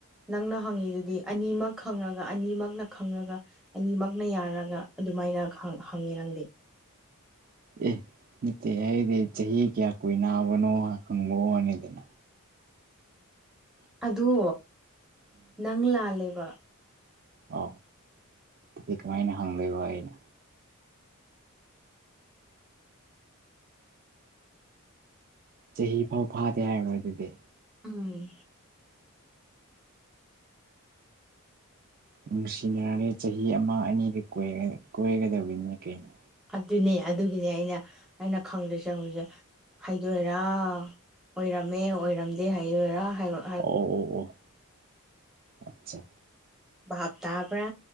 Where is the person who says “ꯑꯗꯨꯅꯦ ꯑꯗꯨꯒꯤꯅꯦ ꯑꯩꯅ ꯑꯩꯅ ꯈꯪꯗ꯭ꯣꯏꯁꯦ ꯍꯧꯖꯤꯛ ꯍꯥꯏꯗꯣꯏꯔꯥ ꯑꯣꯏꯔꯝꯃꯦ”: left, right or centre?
Centre